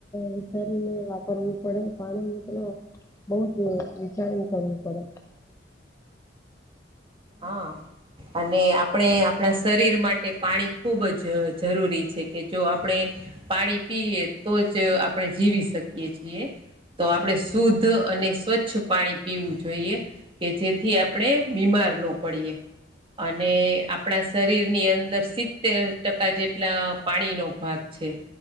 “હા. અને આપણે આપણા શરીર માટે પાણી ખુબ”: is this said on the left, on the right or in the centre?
Right